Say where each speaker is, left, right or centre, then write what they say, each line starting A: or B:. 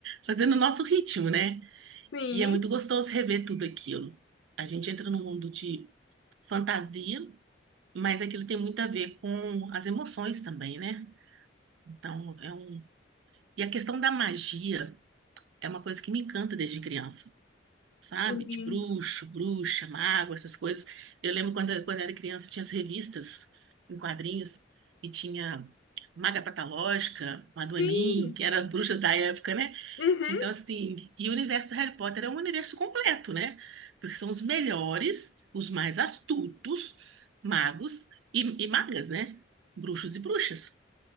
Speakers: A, on the right; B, on the left.
A: fazendo o nosso ritmo, né?
B: sim,
A: E é muito gostoso rever tudo aquilo. A gente entra num mundo de fantasia, mas aquilo tem muito a ver com as emoções também, né? Então, é um. E a questão da magia. é uma coisa que me encanta desde criança, sabe?
B: sim,
A: De bruxo, bruxa, mago, essas coisas. Eu lembro quando, quando eu era criança, tinha as revistas em quadrinhos e tinha Maga Patológica, Madoemin,
B: sim,
A: que eram as bruxas da época, né?
B: uhum,
A: Então, assim, e o universo do Harry Potter é um universo completo, né? Porque são os melhores, os mais astutos magos e, e magas, né? Bruxos e bruxas.